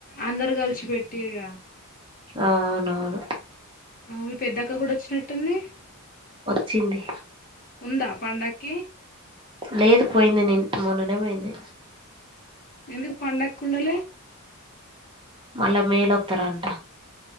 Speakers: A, on the left (about 40°); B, on the right (about 20°).
A: అందరు కలిసి పెట్టిల్లుగా
B: ఆ అవునవును
A: హు మీ పెద్దక్క కూడా వచ్చినట్టుంది ఉంది
B: వచ్చింది
A: ఉందా పండ ఓకే
B: లేదు పోయింది నిను మొన్ననే పోయింది
A: ఎందుకు పండక్కి ఉండలే
B: మళ్ళా మేలొత్తారఅంట